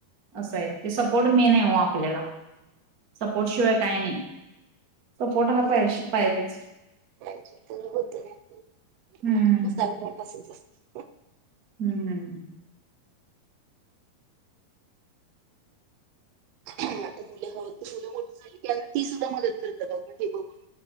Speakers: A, on the right; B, on the right.
A: असं आहे ते सपोर्ट मेन हाय ओ आपल्याला. सपोर्ट शिवाय काय नाही. सपोर्ट हा पैशी
B: जर असेल
A: पाहिजेच.
B: पाहिजे तर होते नाहितर
A: हम्म
B: मग बसायला मिळतच असल.
A: हम्म.
B: हम्म आता मुलं हवं तर मुलं मोठी झाली की ती सुद्धा मदत करतात आपण हे बघून.